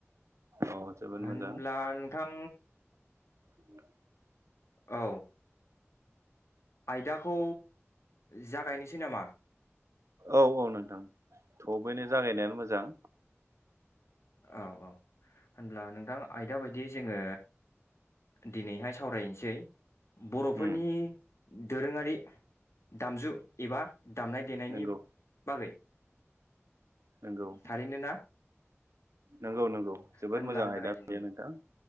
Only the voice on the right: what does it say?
अ जोबोद
मोजां
<inaudible>
औ औ नोंथां थबैनो जागायनायानो मोजां।
उम
नंगौ
नंगौ।
नंगौ नंगौ जोबोद
मोजां
आयदा बेयो नोंथां।